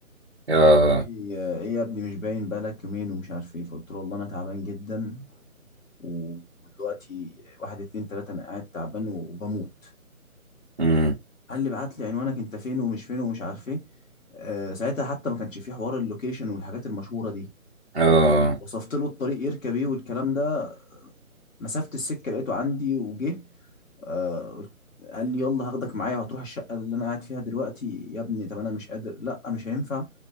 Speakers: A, on the right; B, on the left.
A: اه
B: ايه إيه يا ابني مش باين بقالك يومين ومش عارف ايه فقلت له والله انا تعبان جدا و- ودلوقتي واحد اتنين تلاتة انا قاعد تعبان وبموت
A: امم
B: قال لي بعت لي عنوانك انت فين ومش فين ومش عارف ايه آه، ساعتها حتى ما كانش في حوار اللوكيشن والحاجات المشهورة دي
A: اه
B: وصفت له الطريق يركب ايه والكلام ده مسافة السكة لقيته عندي وجه آه، قلت- قال لي يلا هاخدك معايا وهتروح الشقة اللي أنا قاعد فيها دلوقتي يا ابني طب أنا مش قادر لأ مش هينفع